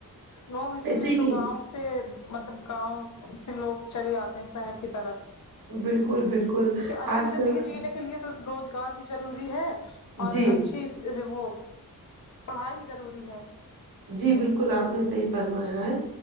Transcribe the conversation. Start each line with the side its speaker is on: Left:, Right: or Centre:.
Left: لوگ اسی
Right: ایسے
Left: لیے تو
Right: ہی
Left: گاؤں سے مطلب گاؤں سے لوگ چلے آتے ہیں شہر کی طرف
Right: بالکل بالکل
Left: کیونکہ اچھی
Right: آج
Left: زندگی
Right: کل
Left: جینے کے لیے تو روزگار بھی ضروری ہے اور
Right: جی
Left: اچھی اس سے وہ پڑھائی بھی ضروری ہے
Right: جی بالکل آپ نے صحیح فرمایا ہے